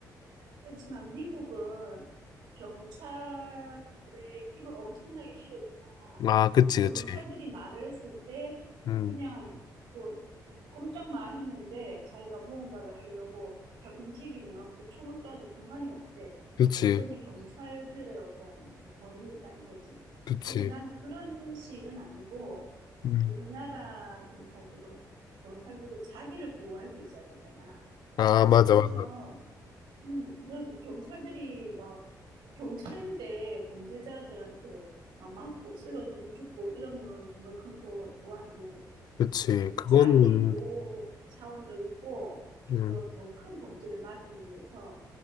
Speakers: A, on the right; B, on the left.
A: 그렇지만 미국은 경찰의 힘을 엄청나게 실어주잖아. 아,
B: 아, 그치,
A: 경찰들이
B: 그치.
A: 그렇죠. 말을 했을 때
B: 음,
A: 그냥 그 꼼짝 마 했는데 자기가 무언가를 하려고 잘 움직이면 그 총을 쏴도 상관이 없대.
B: 그치,
A: 그거는 그렇죠. 경찰들의 어떤 그 권위다 이거지.
B: 그치.
A: 근데 나는 그런 식은 아니고
B: 음.
A: 음, 우리나라 경찰들도 경찰들도 자기를 보호할 수 있어야 되잖아.
B: 아, 맞아,
A: 그래서
B: 맞아.
A: 음, 그냥 그 경찰들이 막 경찰인데 범죄자들한테 막 맞고 쓰러지고 죽고 이러면 정말 그건 더, 더 안 좋은 것 같아요.
B: 그치.
A: 그래서
B: 그거는,
A: 자기 보호 차원도 있고
B: 음,
A: 또 더 큰 범죄를 막기 위해서